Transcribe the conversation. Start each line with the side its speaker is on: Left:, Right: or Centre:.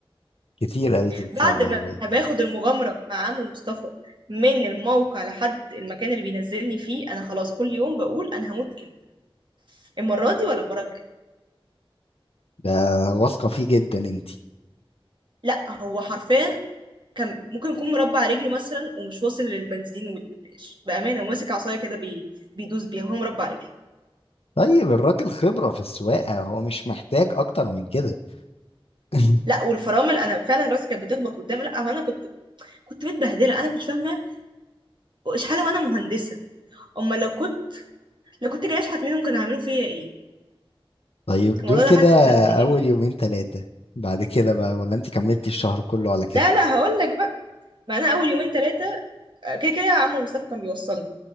Left: كتير قوي تلتسع
Right: بعد
Left: بالعربية
Right: ما باخد المغامرة مع عمو مصطفى من الموقع لحد المكان اللي بينزلني فيه انا خلاص كل يوم بقول انا هموت امتى المرة دي ولا المرة الجاية
Left: ده واثقة فيه جدا انتي
Right: لا هو حرفيا كان ممكن يكون مربع رجله مثلا ومش واصل للبنزين والدبريش بأمانة وماسك عصاية كده بي... بيدوس بيها وهو مربع رجله
Left: طيب الراجل خبرة في السواقة هو مش محتاج اكتر من كده <laughs>
Right: لا والفرامل انا فعلا راسي كانت بتخبط قدامي لا هو انا كنت كنت متبهدله انا كنت فاهمه اشحال وانا مهندسه اما لو كنت لو كنت جايه اشحت منهم كانوا هيعملوا فيا ايه
Left: طيب
Right: الموضوع
Left: دول كده
Right: ده حاسس بنفسيتي
Left: اول يومين ثلاثة بعد كده بقى ولا انت كملتي الشهر كله على كده
Right: لا لا هقول لك بقى ما انا اول يومين ثلاثه كده كده عم مصطفى كان بيوصلني